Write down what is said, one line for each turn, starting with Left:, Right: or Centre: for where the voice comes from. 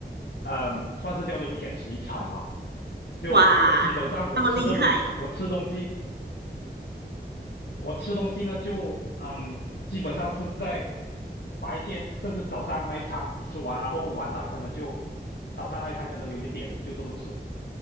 Left: 嗯、算是叫做一天吃一餐吧。就我基本上我吃的东西，
Right: 哇，那那么厉害
Left: 我吃东西，我吃东西呢，就嗯，基本上是在白天甚至早上那一餐吃完，然后晚上可能就早上那一餐可能留一点，就这么吃。